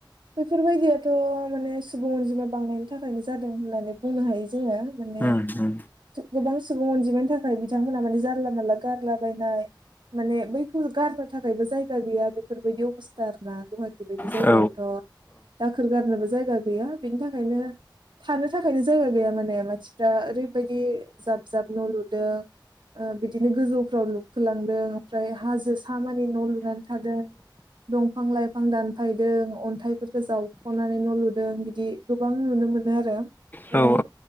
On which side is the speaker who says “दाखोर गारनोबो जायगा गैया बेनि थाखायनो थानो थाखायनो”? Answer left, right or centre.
Right